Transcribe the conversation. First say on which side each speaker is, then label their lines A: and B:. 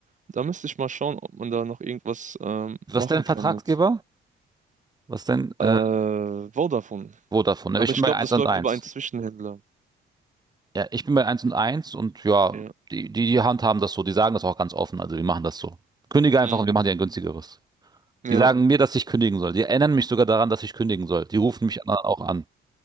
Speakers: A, on the right; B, on the right.
A: Da müsste ich mal schauen, ob man da noch irgendwas ähm,
B: Was
A: machen
B: ist dein Vertragsgeber?
A: kann mit
B: Was ist dein
A: äh,
B: äh,
A: Vodafone.
B: Vodafone?
A: Aber
B: Ich
A: ich
B: bin
A: glaube,
B: bei eins
A: das
B: und
A: läuft
B: eins.
A: über einen Zwischenhändler.
B: Ja, ich bin bei Eins und Eins und ja,
A: Ja.
B: die, die, die handhaben das so. Die sagen das auch ganz offen. Also wir machen das so. Kündige einfach
A: Mm,
B: und wir machen dir ein günstigeres.
A: ja,
B: Die sagen mir, dass ich kündigen soll. Die erinnern mich sogar daran, dass ich kündigen soll. Die rufen mich dann auch an.